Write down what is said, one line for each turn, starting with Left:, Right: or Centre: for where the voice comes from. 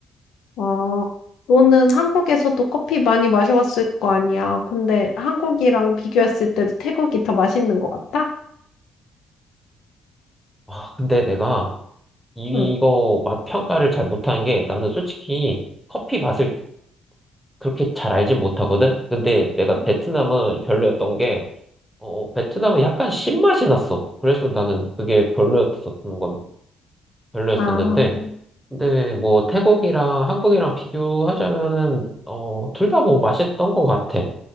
Left: 아, 너는 한국에서도 커피 많이 마셔봤을 거 아니야. 근데 한국이랑 비교했을 때도 태국이 더 맛있는 것 같아?
Centre: 아, 근데 내가 이거
Left: 응.
Centre: 맛 평가를 잘 못하는 게 나는 솔직히 커피 맛을 그렇게 잘 알진 못하거든? 근데 내가
Left: 응.
Centre: 베트남은 별로였던 게, 어, 베트남은 약간 신맛이 났어. 그래서 나는 그게 별로였었던 건 별로였었는데,
Left: 아,
Centre: 근데 뭐 태국이랑 한국이랑 비교하자면은, 어, 둘 다 뭐 맛있던 것 같아.